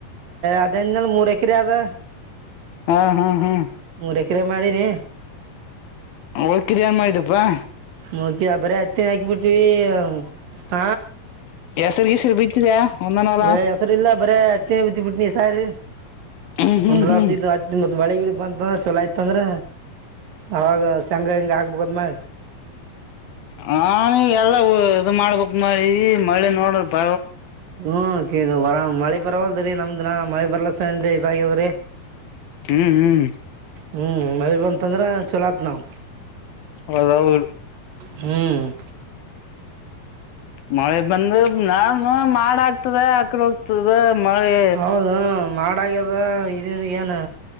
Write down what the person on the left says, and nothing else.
ಹಾ ಹಾ ಹಾ
ಹಳ್ಕಿದ ಏನ್ ಮಾಡಿದಪ್ಪಾ
ಹೆಸರು ಗಿಸ್ರು ಬಿತ್ತಿದ್ಯಾ ಒಂದನ ಹೊಲ
ಹ್ಮ್ ಹ್ಮ್
ಹ್ಮ್
ಹ ನೀ ಎಲ್ಲ ಇದು ಮಾಡ್ಬೇಕಕ್ ನಿ ಮಳಿ ನೋಡ ಬ
ಹ್ಮ್ ಹ್ಮ್
ಹೌದೌದು
ಮಳೆ ಬಂದ ನಾನು ಮಾಡ ಆಕ್ತದೆ ಆಕಡೆ ಹೋಗ್ತದ ಮಳೆ